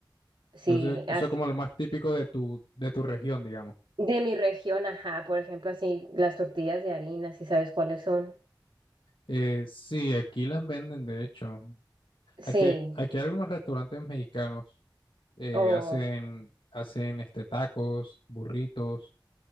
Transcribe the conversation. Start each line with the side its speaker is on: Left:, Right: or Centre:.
Right: Sí,
Left: Entonces, eso
Right: así.
Left: es como lo más típico de tu, de tu región, digamos.
Right: De mi región, ajá, por ejemplo, así las tortillas de harina, si sabes cuáles son.
Left: Eh, sí, aquí las venden, de hecho.
Right: Sí,
Left: Aquí, aquí hay algunos restaurantes mexicanos eh,
Right: o...
Left: hacen, hacen este, tacos, burritos,